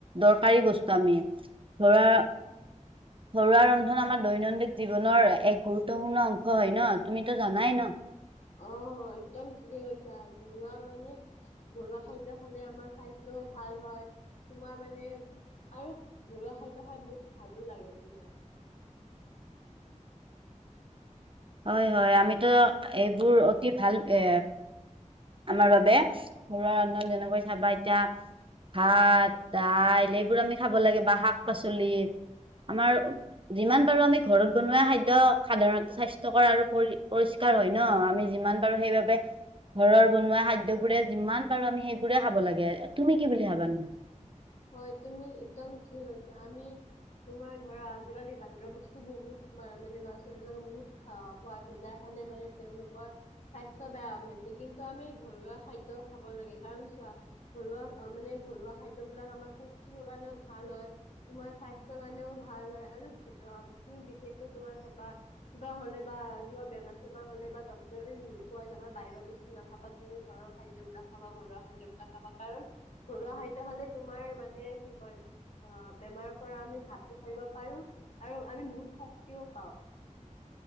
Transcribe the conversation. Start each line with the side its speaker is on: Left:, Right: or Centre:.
Right: দৰকাৰী বস্তু আমি ধৰা ঘৰুৱা ৰন্ধন আমাৰ দৈনন্দিন জীৱনৰ এক গুৰুত্বপূৰ্ণ অংশ হয়, ন' তুমিতো জানাই ন?
Left: অ' অ', একদম ঠিকে কৈছা ঘৰুৱা মানে, ঘৰুৱা খাদ্য খালে আমাৰ স্বাস্থ্যয়ো ভাল হয়। তোমাৰ মানে আৰু ঘৰুৱা খাদ্য খাই বহুত ভালো লাগে তোমাৰ।
Right: হয় হয় আমিতো এইবোৰ অতি ভাল এ আমাৰ বাবে ঘৰুৱা ৰন্ধজন যেনেকৈ চাবা এতিয়া ভাত, দাইল, এইবোৰ আমি খাব লাগে বা শাক পাচলি। আমাৰ যিমান পাৰো আমি ঘৰত বনোৱা খাদ্যয় সাধাৰণতে স্বাস্থ্যকৰ আৰু পৰি পৰিষ্কাৰ হয় ন, আমি যিমান পাৰো সেইবাবে ঘৰৰ বনোৱা খাদ্যবোৰে যিমান পাৰো আমি সেইবোৰে খাব লাগে। তুমি কি বুলি ভাবা ন?
Left: হয় তুমি একদম ঠিকেই কৈছা, আমি তোমাৰ ধৰা আজিকালি বাহিৰৰ বস্তু বহুত মানে ল'ৰা ছোৱালী বিলাকে বহুত খা খোৱা হৈছে যাৰ খ মানে তেওঁলোকৰ স্বাস্থ্য বেয়া হৈছে কিন্তু আমি ঘৰুৱা খাদ্য খাব লাগে কাৰণ ঘৰুৱা মানে ঘৰুৱা খাদ্য <unintelligible> কাৰণেও ভাল হয়, তোমাৰ স্বাস্থ্যৰ কাৰণেও ভাল হয় আৰু বিশেষকৈ তোমাৰ চাবা কিবা হলে বা কিবা বেমাৰ চেমাৰ হলে বা ডক্তৰে ক'য় নহয় বাহিৰৰ বস্তু নাখাবা তুমি ঘৰত খাদ্যবিলাক খাবা ঘৰুৱা খাদ্যবিলাক খাবা কাৰণ ঘৰুৱা খাদ্য হ'লে তোমাৰ মানে কি কয় অ' বেমাৰৰ পৰা আমি হাতটো সাৰিব পাৰো আৰু আমি বহুত শক্তিও পাওঁ